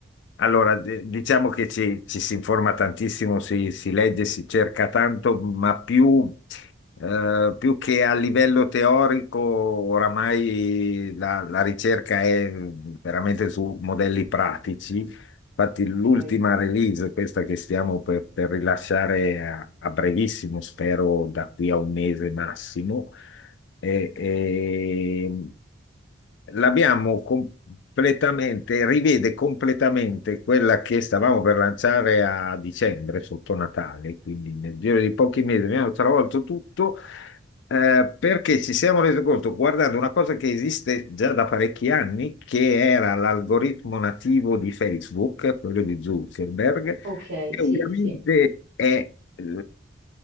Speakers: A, on the left; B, on the right.
A: Allora, d- diciamo che ci, ci si informa tantissimo, si, si legge, si cerca tanto, ma più, eh, più che a livello teorico, oramai la, la ricerca è veramente su modelli pratici Infatti l'ultima
B: Ok,
A: release, questa che stiamo per, per rilasciare a, a brevissimo, spero da qui a un mese massimo, è- è- l'abbiamo completamente, rivede completamente quella che stavamo per lanciare a dicembre, sotto Natale, quindi nel giro di pochi mesi abbiamo travolto tutto eh, perché ci siamo resi conto, guardando una cosa che esiste già da parecchi anni, che era l'algoritmo nativo di Facebook, quello di Zuckerberg,
B: ok,
A: che
B: sì,
A: ovviamente
B: sì.
A: è eh,